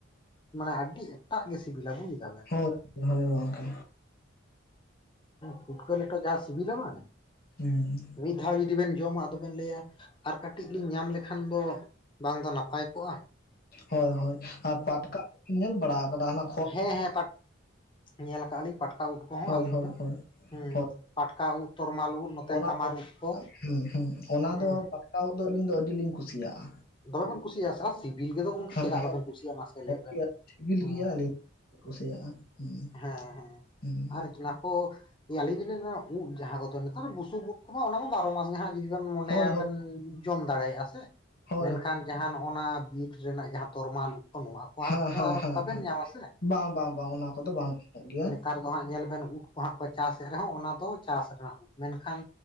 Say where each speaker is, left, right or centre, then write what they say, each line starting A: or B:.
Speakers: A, on the left; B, on the left.
A: ᱢᱟᱱᱮ ᱟᱹᱰᱤ ᱮᱴᱟᱜ ᱜᱮ ᱥᱤᱵᱤᱞᱟ ᱵᱩᱡ ᱫᱟ
B: ᱦᱳᱭ ᱦᱳᱭ ᱜᱚᱝᱠᱮ
A: ᱯᱩᱴᱠᱟᱹ ᱞᱮᱴᱚ ᱡᱟ ᱥᱤᱵᱤᱞᱟ ᱵᱟᱝ
B: ᱦᱮᱸ
A: ᱢᱤᱫ ᱫᱷᱟᱣ ᱡᱩᱫᱤ ᱵᱮᱱ ᱡᱚᱢᱟ ᱟᱫᱚᱵᱮᱱ ᱞᱟᱹᱭ-ᱟ ᱟᱨ ᱠᱟᱹᱴᱤᱡ ᱞᱤᱧ ᱧᱟᱢ ᱞᱮᱠᱷᱟᱱ ᱫᱚ, ᱵᱟᱝ ᱫᱚ ᱱᱟᱯᱟᱭ ᱠᱚᱜᱼᱟ
B: ᱦᱳᱭ ᱦᱳᱭ ᱟᱨ ᱯᱟᱴᱠᱟ ᱳᱫᱽ ᱧᱮᱞ ᱵᱟᱲᱟ ᱟᱠᱟᱫᱟ? ᱚᱱᱟ
A: ᱦᱮᱸ ᱦᱮᱸ ᱧᱮᱞ ᱟᱠᱟᱜ ᱞᱤᱧ ᱯᱟᱴᱠᱟ ᱩᱫ ᱠᱚᱦᱚᱸ
B: ᱦᱳᱭ
A: ᱟᱹᱞᱤᱧ
B: ᱦᱳᱭ
A: ᱫᱚ
B: ᱦᱳᱭ
A: ᱦᱮᱸ
B: ᱦᱳᱭ
A: ᱯᱟᱴᱠᱟ ᱩᱫ, ᱛᱚᱨᱢᱟᱞ ᱩᱫ ᱱᱚᱛᱮ
B: ᱚᱱᱟ
A: ᱠᱟᱢᱟᱨ ᱩᱫ ᱠᱚ
B: ᱦᱩᱸ ᱚᱱᱟ
A: ᱦᱮᱸ
B: ᱫᱚ ᱯᱟᱴᱠᱟ ᱩᱫ ᱫᱚ ᱟᱞᱤᱧ ᱫᱚ ᱟᱹᱰᱤ ᱞᱤᱧ ᱠᱩᱥᱤᱭᱟᱜᱼᱟ
A: ᱫᱚᱢᱮ ᱵᱮᱱ ᱠᱩᱥᱤᱭᱟᱜᱼᱟ ᱥᱮ ᱥᱤᱵᱤᱞ ᱜᱮᱫᱚ
B: ᱦᱮᱸ
A: ᱪᱮᱫᱟᱜ
B: ᱦᱮᱸ
A: ᱵᱟᱵᱮᱱ ᱠᱩᱥᱤᱭᱟᱜᱼᱟ ᱢᱟᱥᱮ ᱞᱟᱹᱭ
B: ᱟᱹᱰᱤ
A: ᱵᱮᱱ?
B: ᱟᱹᱰᱤ ᱥᱤᱵᱤᱞ
A: ᱦᱚ
B: ᱜᱮᱭᱟ ᱟᱹᱞᱤᱧ ᱠᱩᱥᱤᱭᱟᱜᱼᱟ ᱦᱩᱸ
A: ᱦᱮᱸ ᱦᱮᱸ
B: ᱦᱩᱸ
A: ᱟᱨ ᱚᱱᱟ ᱠᱚ ᱟᱞᱤᱧ ᱫᱚᱞᱤᱧ ᱢᱮᱱᱟ ᱩᱫ ᱡᱟᱦᱟᱸ ᱠᱚᱫᱚ ᱱᱮᱛᱟᱨ ᱵᱩᱥᱩᱵ ᱩᱫ ᱠᱚᱢᱟ ᱚᱱᱟ ᱢᱟ ᱵᱟᱨᱚ ᱢᱟᱥ ᱜᱮ ᱡᱩᱫᱤ ᱵᱮᱱ ᱢᱚᱱᱮᱭᱟ
B: ᱦᱳᱭ ᱦᱳᱭ
A: ᱵᱮᱱ ᱡᱚᱢ ᱫᱟᱲᱮᱭᱟᱜᱼᱟ ᱥᱮ
B: ᱦᱳᱭ
A: ᱢᱮᱱᱠᱷᱟᱱ ᱡᱟᱦᱟᱸ ᱱᱚᱜᱼᱱᱟ ᱵᱤᱨ ᱨᱮᱱᱟᱜ ᱡᱟᱦᱟᱸ ᱛᱚᱨᱢᱟᱞ ᱩᱫ ᱠᱚ ᱱᱚᱣᱟ ᱠᱚ ᱱᱚᱣᱟ
B: ᱦᱮᱸ
A: ᱚᱱᱟ ᱛᱚ
B: ᱦᱮᱸ
A: ᱟᱨ
B: ᱦᱮᱸ
A: ᱵᱟᱵᱮᱱ ᱧᱟᱢᱟ ᱥᱮ
B: ᱵᱟᱝ ᱵᱟᱝ ᱵᱟᱝ ᱚᱱᱟ ᱠᱚᱫᱚ ᱵᱟᱝ ᱧᱟᱢᱚᱜ ᱜᱮᱭᱟ
A: ᱱᱮᱛᱟᱨ ᱦᱟᱸᱜ ᱧᱮᱞ ᱵᱮᱱ ᱩᱫ ᱠᱚ ᱦᱟᱸᱜ ᱠᱚ ᱪᱟᱥᱮᱫ ᱨᱮᱦᱚᱸ ᱚᱱᱟ ᱫᱚ ᱪᱟᱥ ᱨᱮᱱᱟᱜ ᱩᱫ ᱢᱮᱱᱠᱷᱟᱱ